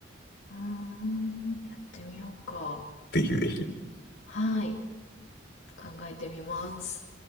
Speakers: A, on the left; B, on the left.
A: うーん、やってみようか。
B: ぜひぜひ。
A: はい。考えてみます。